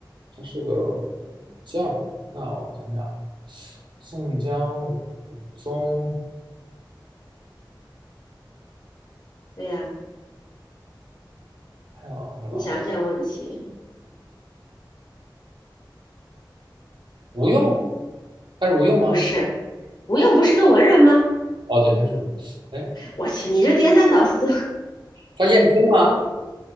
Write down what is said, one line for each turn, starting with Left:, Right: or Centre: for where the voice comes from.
Right: 他是个武将。那我想想，宋江、武松
Left: 对呀，啊
Right: 还有什么？
Left: 你想想问题，
Right: 吴用？他是吴用吗？
Left: 不是，吴用不是个文人吗？
Right: 哦，对，他是吴。哎，
Left: 我去，你这颠三倒四，
Right: 他燕青吗？